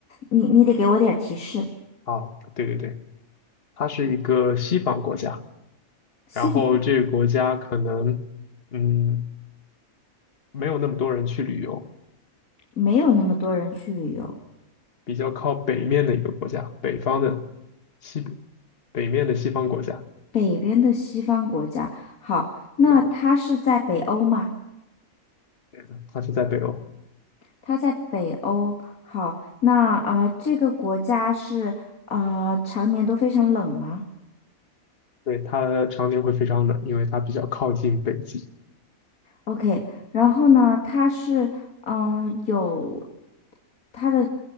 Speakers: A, on the left (about 80°); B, on the left (about 45°).
A: 你你得给我点儿提示，
B: 好，对对对，它是一个西方国家，
A: 西方
B: 然后这个国家可能，嗯，没有那么多人去旅游，
A: 没有那么多人去旅游，
B: 比较靠北面的一个国家，北方的西，北面的西方国家。
A: 北边的西方国家，好，那它是在北欧吗？
B: 对，对的，它是在北欧，
A: 它在北欧。好，那啊、呃这个国家是啊呃常年都非常冷吗
B: 对，它常年会非常冷，因为它比较靠近北极。
A: ？OK，然后呢，它是嗯有它的